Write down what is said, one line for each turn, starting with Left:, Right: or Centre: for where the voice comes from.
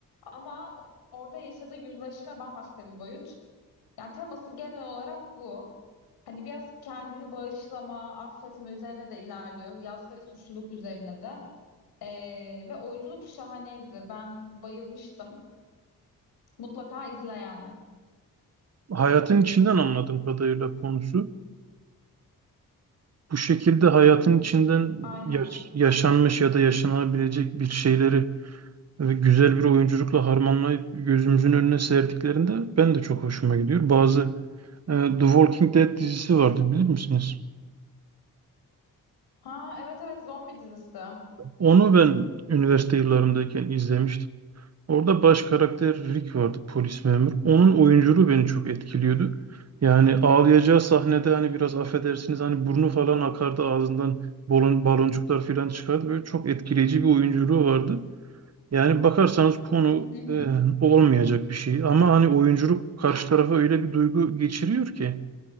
Left: Ama orada yaşadığı yüzleşme bambaşka bir boyut. Yani teması genel olarak bu. Hani biraz kendini bağışlama, affetme üzerine de ilerliyor. Yas ve suçluluk üzerine de. Ee, ve oyunculuk şahaneydi. Ben bayılmıştım. Mutlaka izle yani.
Right: Hayatın içinden anladığım kadarıyla konusu. Bu şekilde hayatın içinden
Left: Aynen.
Right: yaş- yaşanmış ya da yaşanabilecek bir şeyleri e, güzel bir oyunculukla harmanlayıp gözümüzün önüne serdiklerinde ben de çok hoşuma gidiyor. Bazı e, The Walking Dead dizisi vardı bilir misiniz?
Left: Ha evet evet zombi dizisi. Hı
Right: Onu ben üniversite yıllarımdayken izlemiştim. Orada baş karakter Rick vardı polis memur. Onun oyunculuğu beni çok etkiliyordu. Yani ağlayacağı sahnede hani biraz affedersiniz hani burnu falan akardı ağzından balon, baloncuklar falan çıkardı. Böyle çok etkileyici bir oyunculuğu vardı. Yani bakarsanız konu
Left: hı.
Right: e, olmayacak bir şey ama hani oyunculuk karşı tarafa öyle bir duygu geçiriyor ki.